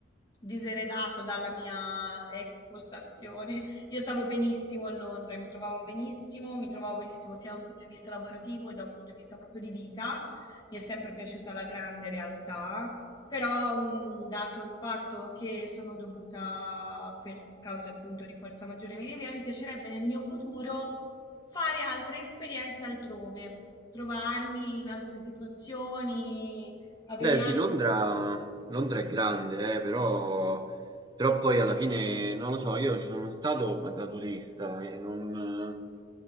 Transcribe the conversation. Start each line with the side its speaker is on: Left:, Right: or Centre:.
Left: diseredato dalla mia ex postazione. Io stavo benissimo a Londra, mi trovavo benissimo, mi trovavo benissimo sia da un punto di vista lavorativo che da un punto di vista proprio di vita. Mi è sempre piaciuta la grande realtà, però mh, dato il fatto che sono dovuta per cause appunto di forza maggiore venire via, mi piacerebbe nel mio futuro fare altre esperienze altrove, trovarmi in altre situazioni, avere
Right: Beh
Left: altre
Right: sì, Londra,
Left: opportunità.
Right: Londra è grande, eh, però, però poi alla fine, non lo so, io ci sono stato ma da turista e non... eh,